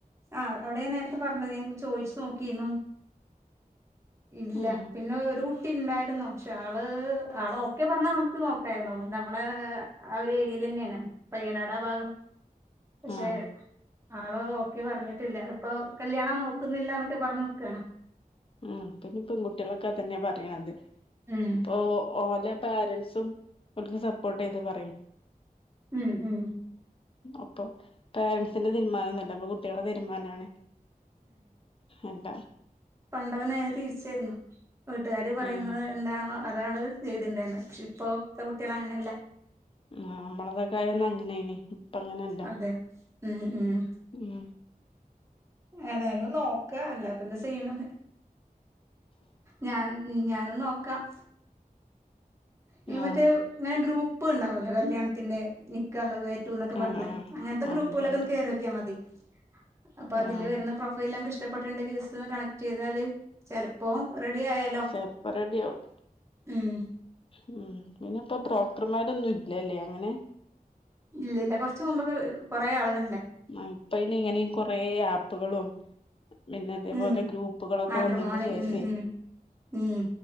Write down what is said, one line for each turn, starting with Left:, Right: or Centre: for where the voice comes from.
Right: ആ അവിടെ ൻ നേരത്തെ പറഞ്ഞത് ഞങ്ങ ചോയിച്ചു നോക്കിയിന്നു ഇല്ല
Left: ഉം
Right: പിന്നെ ഒരു കു ട്ടിണ്ടായിരുന്നു പക്ഷെ ആള് ആള് ഓക്കെ പറഞ്ഞാ നമുക്ക് നോക്കായിരുന്നു നമ്മളെ ആ ഒരു എരിയ തന്നെയാണ് പയ്യനാട് ഭാഗം പക്ഷെ
Left: ആഹ്
Right: ആള് ഒക്കെ പറഞ്ഞിട്ടില്ല അളിപ്പോ കല്യാണം നോക്കുന്നില്ലന്നൊക്കെ പറഞ്ഞു നിക്കുവാണ്
Left: ഉ പഞ്ഞ് പെൺകുട്ടികളൊക്കെ അതന്നെയ പറയ്ണത്
Right: ഉം
Left: ഇപ്പൊ ഓ ല്ല പാരൻസും ഓൽക്ക് സപ്പോർട്ട് ചെയ്ത് പറയും
Right: ഉം ഉം
Left: അപ്പൊ പേരൻറ്സിന്റെ തീരുമാനോന്നുഅല്ല ഇപ്പ കുട്ടികളെ തീരുമാനാണെ അല്ല
Right: പണ്ടാക്കെ നേരെ തിരിച്ചായിരുന്നു വീട്ടുകാര് പറയുന്നത്
Left: ഉം
Right: എന്താണോ അതാണ് ണ്ടാർന്ന് പക്ഷെ ഇപ്പ ത്തെ കുട്ടികൾ അങ്ങനെയല്ല
Left: നമ്മളതൊക്കൊയന്നഅങ്ങനെയ്നി ഇപ്പ അങ്ങനല്ല
Right: അതെ ഉം ഉം
Left: ഉം
Right: ഏതായാലും നോക്ക അല്ലപ്പ എന്താ ചെയ്യണ് ഞാൻ ഞാനും നോക്കാം ഇത് മറ്റേ
Left: ആഹ്
Right: ഇങ്ങനെ ഗ്രൂപ്പ് ണ്ടാവുല്ലോ കല്യാണത്തിൻ്റെ നി ക്കഹ് വേ റ്റു ന്നൊക്കെ പറഞ്ഞിട്ടിള്ളെ
Left: ആഹ് ആഹ്
Right: അങ്ങനെത്തെ
Left: ആഹ്
Right: ഗ്രൂപ്പ്കളിലൊക്കെ
Left: അതന്നെ
Right: ഒന്ന് കേറി നോക്കിയാ മതി അപ്പൊ അതില്
Left: ആഹ്
Right: വരുന്ന പ്രൊഫൈൽ നമ്മക്ക് ഇഷ്ടപ്പെട്ടിട്ടുണ്ടെങ്കിൽ ജസ്റ്റ്‌ ഒന്ന് കണക്ട് ചെയ്താൽ ചെലപ്പോ റെഡി ആയാലോ
Left: ചെലപ്പോ റെഡിയാവും
Right: ഉം
Left: ഉം ഇങ്ങനെ പ്പൊ ബ്രോക്കർമാരൊന്നും ഇല്ലല്ലേ അങ്ങനെ
Right: ഇല്ല ഇല്ല കുറച്ച മുമ്പൊക്കെ കൊറെ ആളെക
Left: ആഹ് ഇപ്പ ഇനി ഇങ്ങനെ കൊറേ ആപ്പുകളും പിന്നെ അതേപോലെ
Right: ഉം
Left: ഗ്രൂപ്പുകളൊക്കെ
Right: മാട്രിമോണി
Left: വന്നിന്റെ ശേഷേ
Right: ഉം ഉം ഉം